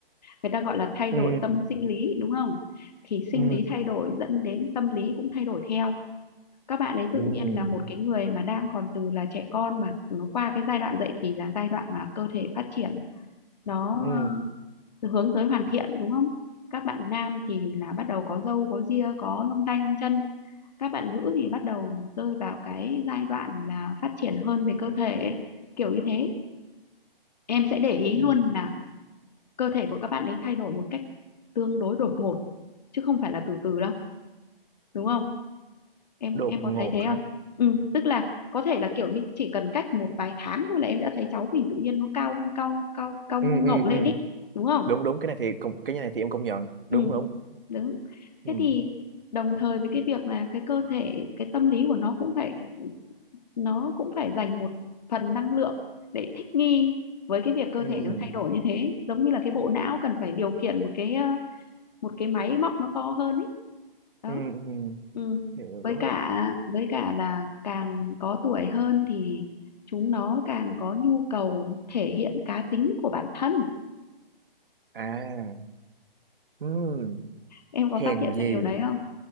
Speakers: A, on the left (about 45°); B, on the right (about 65°).
A: người ta gọi là thay
B: ừ
A: đổi tâm sinh lý đúng không thì sinh
B: ừ
A: Ừ. lý thay đổi dẫn đến tâm lý cũng thay đổi theo các bạn ấy tự
B: ừ
A: nhiên là một cái người mà đang còn từ là trẻ con mà nó qua cái giai đoạn dậy thì là giai đoạn mà cơ thể phát triển nó
B: ừ
A: ờ, hướng tới hoàn thiện đúng không các bạn nam thì là bắt đầu có râu có ria có lông tay lông chân các bạn nữ thì bắt đầu rơi vào cái giai đoạn là phát triển hơn về cơ thể kiểu như thế em sẽ để ý
B: ừ
A: luôn là cơ thể của các bạn ấy thay đổi một cách tương đối đột ngột chứ không phải là từ từ đâu đúng không em
B: đột
A: em
B: ngột
A: có thấy thế không
B: hả
A: ừ, tức là có thể là kiểu như chỉ cần cách một vài tháng thôi là em đã thấy cháu mình tự nhiên nó cao cao cao cao
B: ừ
A: ngổng
B: ừ
A: lên
B: ừ
A: đấy đúng không
B: đúng đúng cái này thì cũng cái này thì em công nhận
A: ừ,
B: đúng đúng
A: đúng
B: ừ
A: thế thì đồng thời với cái việc là cái cơ thể cái tâm lý của nó cũng phải nó cũng phải dành một phần năng lượng để thích nghi với cái việc cơ
B: ừ
A: thể nó thay đổi như thế giống như là cái bộ não cần phải điều khiển một cái ờ, một cái máy móc nó to hơn ấy đó
B: ừ, ừ.
A: ừ.
B: hiểu
A: với cả với cả là càng có tuổi hơn thì chúng nó càng có nhu cầu thể hiện cá tính của bản thân
B: à ừ
A: em có
B: hèn
A: phát hiện
B: gì
A: ra điều đấy không